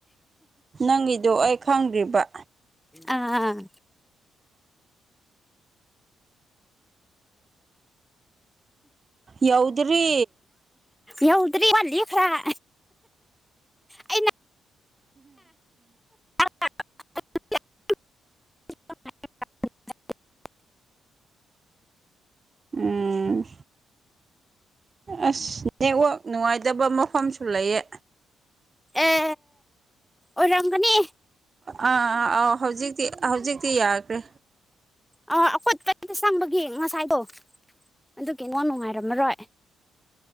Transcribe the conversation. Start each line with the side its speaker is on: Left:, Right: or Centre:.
Right: ꯅꯪꯒꯤꯗꯣ ꯑꯩ ꯈꯪꯗ꯭ꯔꯤꯕ
Centre: ꯑꯥ ꯎꯝ
Right: ꯌꯎꯗ꯭ꯔꯤ
Centre: ꯌꯧꯗ꯭ꯔꯔꯤ ꯋꯥꯜꯂꯤ ꯈꯔ ꯑꯩꯅ <inaudible>
Right: ꯎꯝ ꯑꯁ ꯅꯦꯠꯋꯥꯛ ꯅꯨꯡꯉꯥꯏꯇꯕ ꯃꯐꯝꯁꯨ ꯂꯩꯌꯦ
Centre: ꯑꯦ ꯑꯣꯔꯪꯒꯅꯤ
Right: ꯑꯥ ꯑ ꯑꯥꯎ ꯍꯧꯖꯤꯛꯇꯤ ꯍꯧꯖꯤꯛꯇꯤ ꯌꯥꯈ꯭ꯔꯦ
Centre: ꯑꯥ ꯑꯈꯣꯏꯠ ꯀꯔꯤꯝꯇ ꯆꯪꯕꯒꯤ ꯉꯁꯥꯏꯗꯣ ꯑꯗꯨ ꯀ ꯅꯣ ꯅꯨꯡꯉꯥꯏꯔꯝꯃꯔꯣꯏ